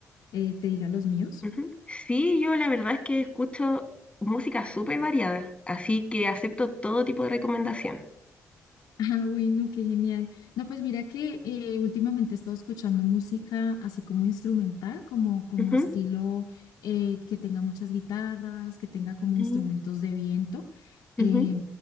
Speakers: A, on the left; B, on the left.
A: eh, te diga los míos.
B: Ujú. Sí, yo la verdad es que escucho música súper variada, así que acepto todo tipo de recomendación.
A: Ah, bueno, qué genial. No, pues mira que eh, últimamente he estado escuchando música así como instrumental, como, como
B: Ujú.
A: estilo eh, que tenga muchas guitarras, que tenga como instrumentos
B: Mm,
A: de viento.
B: ujú,
A: Eh,